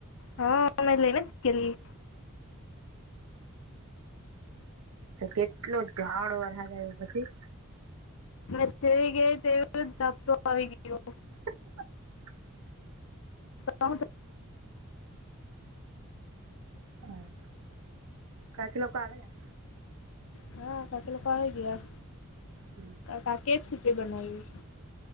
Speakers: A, on the left (about 65°); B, on the right (about 75°).
A: હા મે લઈને જ ગલી
B: કેટલો ઝાડો વરહદ આવ્યો પછી
A: મે જેવી ગઈ તેવ જાપતો આવી ગયો.
B: <inaudible>
A: તો ત <inaudible>
B: હમ કથી લોકો આવેલા
A: હા કથી લોકો આવી ગયા.
B: હમ.
A: તાકી જ ખછી બનાવીએ